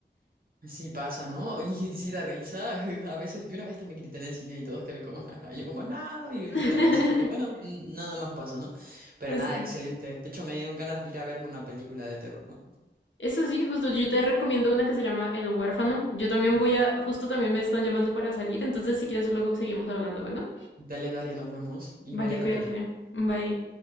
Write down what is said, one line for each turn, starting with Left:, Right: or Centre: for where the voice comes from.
Right: Sí pasa, ¿no? <laughs> Y sí da risa. <laughs> A veces, yo una vez también grité en el cine y todos quedaron como, <laughs> yo como, no, y
Left: <laughs>
Right: gritaba así. Pero bueno, n- nada más pasó, ¿no? Pero
Left: Sí.
Right: nada, excelente. De hecho, me dieron ganas de ir a verme una película de terror, ¿no?
Left: Eso sí, justo yo te recomiendo una que se llama El huérfano. Yo también voy a, justo también me están llamando para salir, entonces si quieres luego seguimos hablando, bueno.
Right: Dale, dale, nos vemos y
Left: Vale,
Right: veré
Left: cuídate.
Right: la peli.
Left: Bye.